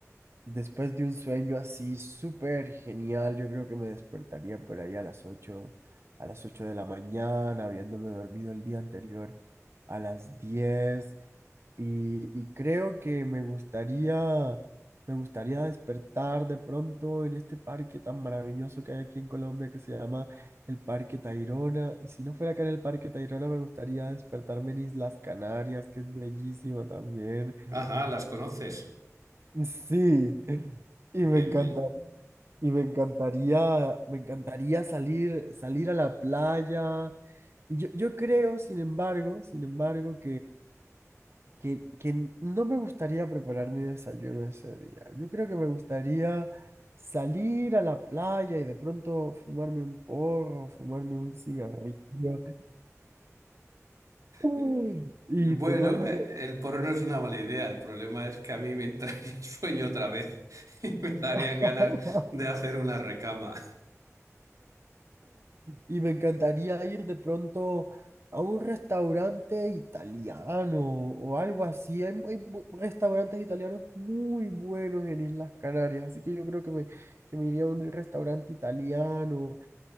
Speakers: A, on the right; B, on the right.
A: después de un sueño así súper genial. Yo creo que me despertaría por ahí a las ocho a las ocho de la mañana, habiéndome dormido el día anterior a las 10 y, y creo que me gustaría, me gustaría despertar de pronto en este parque tan maravilloso que hay aquí en Colombia que se llama el Parque Tayrona. Y si no fuera acá en el Parque Tayrona, me gustaría despertarme en Islas Canarias, que es bellísimo también. Mm.
B: Ajá, las conoces.
A: Sí, y
B: Bien,
A: me encanta, y me encantaría, me encantaría salir, salir a la playa. Y yo, yo creo, sin embargo, sin embargo, que, que no me gustaría preparar mi desayuno ese día. Yo creo que me gustaría salir a la playa y de pronto fumarme un porro, fumarme un cigarrillo <laughs>
B: bien.
A: y
B: Bueno,
A: tomarme...
B: eh, el porro no es una mala idea. El problema es que a mí me entra <laughs> el sueño otra vez <laughs> y me darían
A: <laughs>
B: ganas de hacer una recama,
A: Y me encantaría ir de pronto a un restaurante italiano o algo así. Hay, hay bu- restaurantes italianos muy buenos en Islas Canarias, así que yo creo que me, que me iría a un restaurante italiano